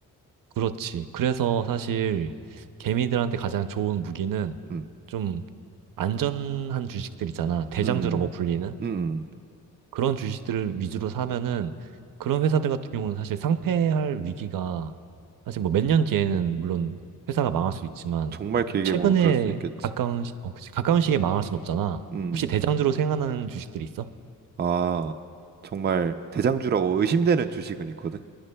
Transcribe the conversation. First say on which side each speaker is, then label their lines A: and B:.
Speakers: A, on the right (about 75°); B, on the right (about 30°).
A: 그렇지. 그래서 사실 개미들한테 가장 좋은 무기는
B: 음,
A: 좀 안전한 주식들 있잖아. 대장주라고
B: 음,
A: 불리는
B: 음. 음.
A: 그런 주식들을 위주로 사면은 그런 회사들 같은 경우는 사실 상폐할 위기가 사실 뭐 몇 년 뒤에는 물론 회사가 망할 수 있지만
B: 정말 길게
A: 최근에
B: 보면 그럴 수 있겠지.
A: 가까운 시, 어, 그치. 가까운 시기에 망할 순 없잖아.
B: 음,
A: 혹시 대장주로 생각나는 주식들이 있어?
B: 아, 정말 대장주라고 의심되는 주식은 있거든.